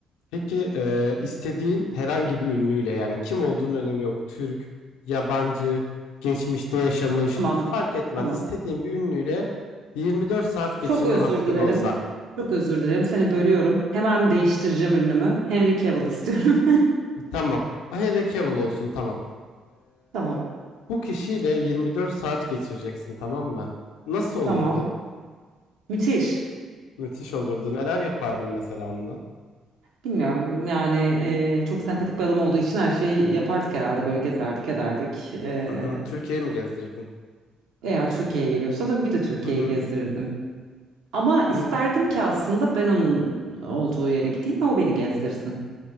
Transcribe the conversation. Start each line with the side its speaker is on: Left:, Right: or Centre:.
Left: Peki e, istediğin herhangi bir ünlüyle yani kim olduğunun önemi yok. Türk, yabancı, geçmişte yaşamış
Right: Tamam
Left: fark etmez.
Right: tamam.
Left: İstediğin bir ünlüyle 24 saat geçirme
Right: Çok özür
Left: hakkın
Right: dilerim.
Left: olsa.
Right: Çok özür dilerim seni bölüyorum. Hemen değiştireceğim ünlümü. Henry Cavill istiyorum.
Left: Tamam. Ah, Henry Cavill olsun tamam.
Right: <laughs> Tamam
Left: Bu kişiyle 24 saat geçireceksin tamam mı? Nasıl olurdu?
Right: tamam. Müthiş.
Left: Müthiş olurdu. Neler yapardın mesela onunla?
Right: Bilmiyorum yani e, çok sempatik bir adam olduğu için her şeyi yapardık herhalde böyle gezerdik ederdik. E,
Left: Hı hı. Türkiye'yi mi gezdirirdin?
Right: Eğer Türkiye'ye geliyorsa tabii ki de Türkiye'yi
Left: Hı hı.
Right: gezdirirdim. Ama isterdim
Left: Hı.
Right: ki aslında ben onun olduğu yere gideyim ve o beni gezdirsin.